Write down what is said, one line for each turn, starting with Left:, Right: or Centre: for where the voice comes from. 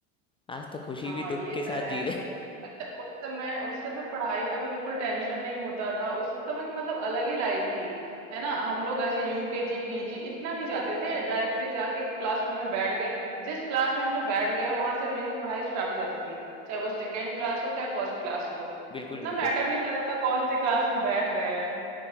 Left: आज तो खुशी
Right: हाँ
Left: भी दुख
Right: ये
Left: के साथ
Right: तो है
Left: जी रहे हैं।
Right: अच्छा उस समय उस समय पढ़ाई का भी बिल्कुल टेंशन नहीं होता था उस समय की मतलब अलग ही लाइफ थी है ना हम लोग ऐसे यूकेजी पीजी इतना नहीं जाते थे डायरेक्टली जाके क्लास वन में बैठ गए जिस क्लास में हमने बैठ गए वहां से मेरी पढ़ाई स्टार्ट हो जाती थी चाहे वो सेकेंड क्लास हो चाहे फर्स्ट क्लास हो
Left: <laughs> बिल्कुल
Right: उतना
Left: बिल्कुल
Right: मैटर नहीं करता था कौन से क्लास में बैठ रहे हैं